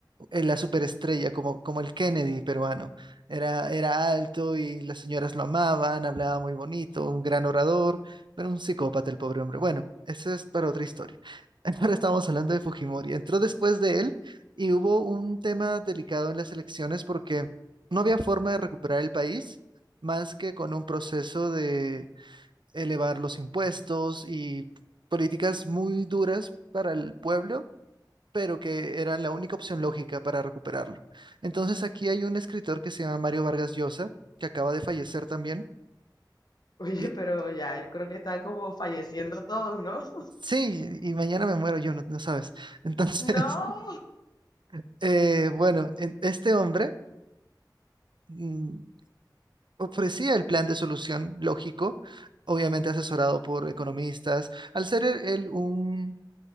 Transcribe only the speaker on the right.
eh, la superestrella, como, como el Kennedy peruano. Era, era alto y las señoras lo amaban, hablaba muy bonito, un gran orador, pero un psicópata el pobre hombre. Bueno, eso es para otra historia. <laughs> Ahora estamos hablando de Fujimori. Entró después de él y hubo un tema delicado en las elecciones porque no había forma de recuperar el país más que con un proceso de elevar los impuestos y políticas muy duras para el pueblo, pero que eran la única opción lógica para recuperarlo. Entonces aquí hay un escritor que se llama Mario Vargas Llosa, que acaba de fallecer también.
Y
sí, y mañana me muero yo, no, no sabes. Entonces,
<laughs> eh, bueno, en- este hombre mm, ofrecía el plan de solución lógico, obviamente asesorado por economistas. Al ser él un